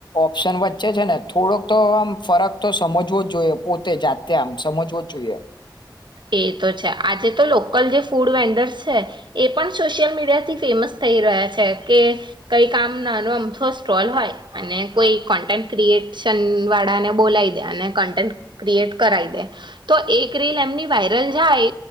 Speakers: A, on the left (about 75°); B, on the right (about 80°).
A: ઓપ્શન વચ્ચે છે ને થોડોક તો આમ ફરક તો સમજવો જ જોઈએ પોતે જાતે આમ સમજવો જ જોઈએ
B: એ તો છે આજે તો લોકલ જે ફૂડ વેન્ડર્સ છે એ પણ સોશિયલ મીડિયાથી ફેમસ થઈ રહ્યા છે કે કઈ કામ નાનો અમથો સ્ટોલ હોય અને કોઈ કન્ટેન્ટ ક્રિએશન વાળાને બોલાવી દે અને કન્ટેન્ટ ક્રિએટ કરાવી દે તો એક રીલ એમની વાયરલ જાય